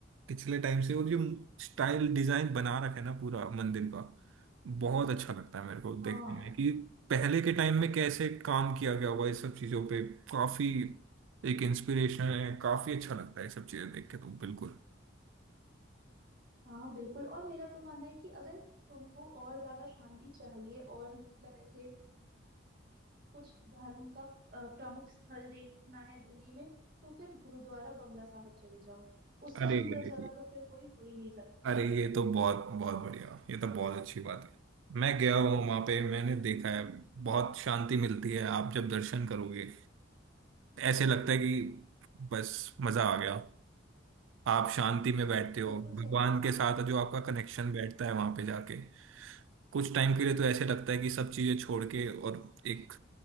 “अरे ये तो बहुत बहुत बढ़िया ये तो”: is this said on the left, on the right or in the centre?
Right